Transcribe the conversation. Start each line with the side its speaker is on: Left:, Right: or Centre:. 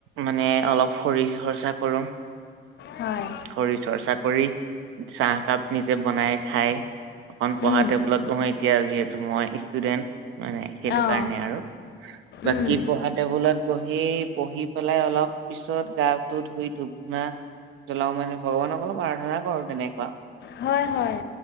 Right: মানে অলপ শৰীৰ হৰ্চা কৰো।
Left: হয়।
Right: শৰীৰ চৰ্চা কৰি চাহকাপ নিজে বনাই খায় অকণ পঢ়া
Left: উম
Right: টেবুলত কহু এতিয়া যিহেতু মই ষ্টুডেন্ট মানে সেইটো
Left: অঁ
Right: কাৰণে আৰু বাকী
Left: উম
Right: পঢ়াত টেবুলত বহি বহি পেলাই অলপ পিছত গাটো ধুই ধূপ ধূনা জ্বলাও মানে ভগৱানক অলপ পৰ্থনা কৰোঁ তেনেকুৱা।
Left: হয় হয়।